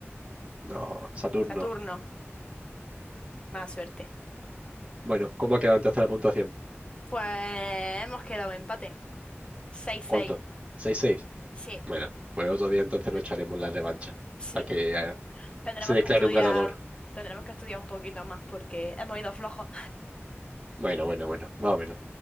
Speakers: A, on the right (about 25°); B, on the left (about 20°).
A: No, Saturno.
B: Saturno. Más suerte.
A: Bueno, ¿cómo ha quedado entonces la puntuación?
B: Pues hemos quedado empate. 6-6,
A: cuánto Seis seis.
B: sí,
A: Bueno, pues otro día entonces nos
B: l-
A: echaremos la revancha
B: sí.
A: para que eh,
B: Tendremos
A: se declare
B: que estudiar,
A: un ganador.
B: tendremos que estudiar un poquito más porque hemos ido flojos.
A: Bueno, bueno, bueno, más o menos.